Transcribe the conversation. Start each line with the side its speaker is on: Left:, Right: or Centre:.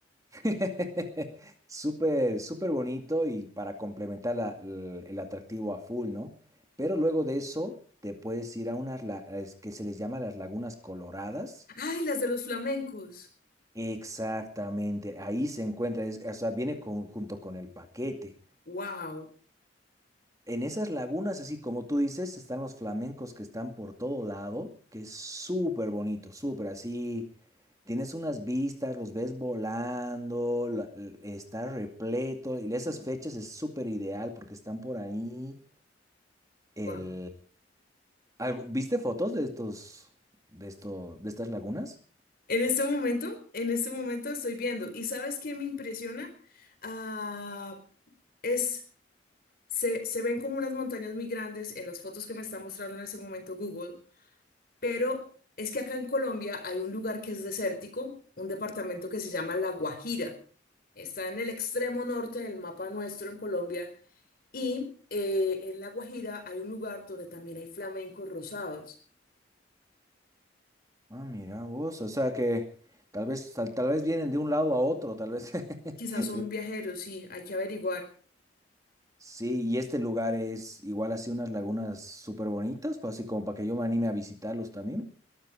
Right: <laughs> Súper, súper bonito y para complementar la- l- el atractivo a full, ¿no? Pero luego de eso te puedes ir a unas la- es que se les llama las lagunas coloradas.
Left: Ay, las de los flamencos.
Right: Exactamente, ahí se encuentra, es- o sea, viene con- junto con el paquete.
Left: Wow.
Right: En esas lagunas, así como tú dices, están los flamencos que están por todo lado, que es súper bonito, súper así. Tienes unas vistas, los ves volando, la- l- está repleto. Y esas fechas es súper ideal porque están por ahí. El...
Left: Wow.
Right: al- ¿Viste fotos de estos, de estos, de estas lagunas?
Left: En este momento, en este momento estoy viendo. ¿Y sabes qué me impresiona? Ah, es, se, se ven como unas montañas muy grandes en las fotos que me está mostrando en ese momento Google, pero es que acá en Colombia hay un lugar que es desértico, un departamento que se llama La Guajira. Está en el extremo norte del mapa nuestro en Colombia Y eh, en La Guajira hay un lugar donde también hay flamencos rosados.
Right: Ah, mira vos, o sea que tal vez, tal, tal vez vienen de un lado a otro, tal vez <laughs> el
Left: Quizás son viajeros, sí, hay que averiguar.
Right: Sí, y este lugar es igual así unas lagunas súper bonitas, pues así como para que yo me anime a visitarlos también.